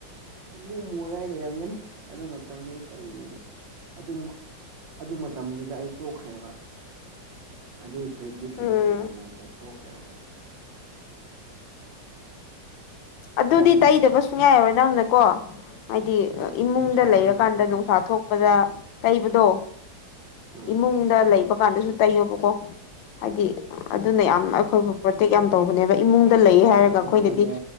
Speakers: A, on the right; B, on the left.
A: ꯏꯃꯨ ꯃꯨꯔꯒ ꯂꯩꯔꯝꯒꯅꯤ ꯑꯗꯨ ꯃꯇꯝꯗꯒꯤ ꯇꯩꯕꯥꯅꯦꯅ ꯑꯗꯨꯝ ꯑꯗꯨ ꯃꯇꯝꯗꯨꯗ ꯑꯩ ꯄꯣꯛꯈ꯭ꯔꯦꯕ ꯑꯗꯨꯒꯤ ꯐꯨꯔꯤꯠ ꯂꯤꯠꯂꯤꯕ
B: ꯎꯝ
A: ꯃꯇꯝꯗꯣ ꯑꯗꯨꯗꯩ ꯇꯣꯛꯈ꯭ꯔꯦꯕ ꯑꯩꯈꯣꯏ
B: ꯑꯗꯨꯗꯤ
A: ꯍꯥꯟꯅ
B: ꯇꯩꯗꯕ
A: ꯑꯁ
B: ꯁꯨꯡꯌꯥ ꯌꯥꯔꯣꯏ ꯅꯪꯅꯀꯣ ꯍꯥꯏꯗꯤ
A: ꯎꯝ
B: ꯏꯃꯨꯡꯗ
A: ꯅꯨꯡꯁꯥ
B: ꯂꯩꯔꯀꯥꯟꯗ
A: ꯃꯔꯛꯇ ꯊꯣꯛꯄꯅꯤ
B: ꯅꯨꯡꯁꯥ ꯊꯣꯛꯄꯗ
A: ꯎꯝ
B: ꯇꯩꯕꯗꯣ
A: ꯎꯝ
B: ꯏꯃꯨꯡ ꯗ ꯂꯩꯕ ꯀꯥꯟꯗꯁꯨ ꯇꯩꯌꯣꯕꯀꯣ ꯍꯥꯏꯗꯤ ꯑꯗꯨꯅ
A: ꯎꯝ
B: ꯌꯥꯝ ꯑꯩꯈꯣꯏꯕꯨ ꯄ꯭ꯔꯣꯇꯦꯛ ꯌꯥꯝ ꯇꯧꯕꯅꯦꯕ ꯏꯃꯨꯡꯗ ꯂꯩ ꯍꯥꯏꯔꯒ
A: ꯍꯣꯏ ꯄꯣꯠꯇꯤ
B: ꯑꯩꯈꯣꯏꯅꯗꯤ
A: ꯌꯥꯝ ꯇꯧꯋꯦ